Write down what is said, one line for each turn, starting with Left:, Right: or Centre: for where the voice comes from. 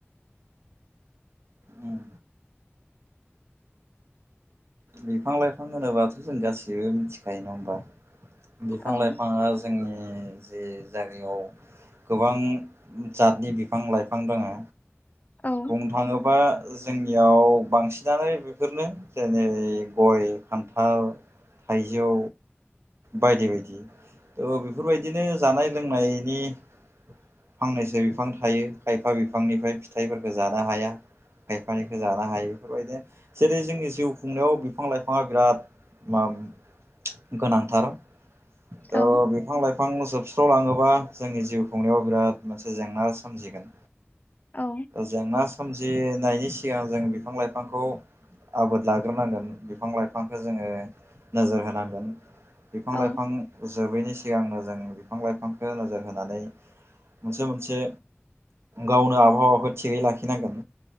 Right: उम बिफां लाइफां होनोबाथ' जों गाससिबो मिथिखायो नङा होमबा? बिफां
Left: औ
Right: लाइफाङा जोंनि जे जायगायाव गोबां जातनि बिफां लाइफां दङो
Left: औ
Right: बुंनो थाङोबा जोंनियाव बांसिनानो बेफोरनो जेरै गय खान्थाल थाइजौ बायदि बायदि थ' बेफोरबायदिनो जानाय लोंनायनि फांनैसो बिफां थायो खायफा बिफांनिफ्राय फिथाइफोरफोरखौ जानो हाया। खायफानिखौ जानो हायो बेफोरबायदिनो जेरै जोंनि जिउ खुंनायाव बिफां लाइफाङा बिराद <unintelligible> गोनांथार थ'
Left: औ
Right: बिफां लाइफां फां जोबस्रावलाङोबा जोंनि जिउ खुंनायाव बिराद मोनसे जेंना सोमजिगोन
Left: औ
Right: जेंना सोमजिनायनि सिगां जों बिफां लाइफांखौ आबाद लाग्रोनांगोन बिफां लाइफांखौ जोङो नोजोर होनांगोन बिफां लाइफां
Left: औ
Right: जोबैनि सिगांनो जों बिफां लाइफांखौ नोजोर होनानै मोनसे मोनसे गाव आबहावाखौ थिगै लाखि नांगोन